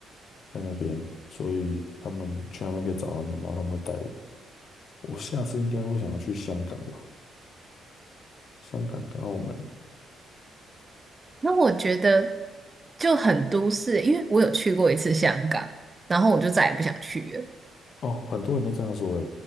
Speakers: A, on the left; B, on the right.
A: 在那边，所以他们去那边可以找他们，然后他们会带我。我下次应该会想要去香港吧，香港跟澳门。
B: 那我觉得就很都市，因为我有去过一次香港，然后我就再也不想去了。
A: 哦，很多人都这样说诶，